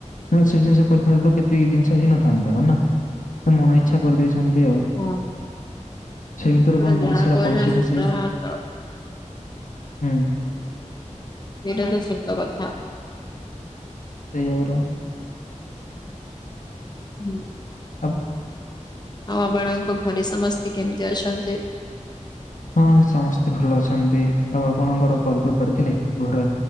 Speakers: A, on the left; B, on the left.
A: ସେ ଜିନିଷ କରିଥାନ୍ତେ ତ କେତେ ଏ ଜିନିଷ ହେଇ ନଥାନ୍ତା ହଁ ନା। ଏନ୍ ମନ ଇଚ୍ଛା କରିଦେଇଛନ୍ତି ଆଉ।
B: ହଁ
A: ସେ ଭିତରେ
B: ଆପଣ
A: ପୁଣି
B: ଯାହା
A: ବହୁତ ସାରା
B: କହୁଛନ୍ତି
A: କନସିଟୁଁଏନସି।
B: ତାହା ତ
A: ହୁଁ।
B: ସେଇଟା ତ ସତ କଥା।
A: ସେଇାବର।
B: ହୁଁ।
A: ଆ।
B: ଆଉ ବାବାଣଙ୍କ ଘରେ ସମସ୍ତେ କେମିତି ଅଛନ୍ତି?
A: ହଁ ସମସ୍ତେ ଭଲ ଅଛନ୍ତି ଆଉ ଆପଣଙ୍କର କଲ କରି ପାରଥିଲେ ଘରେ।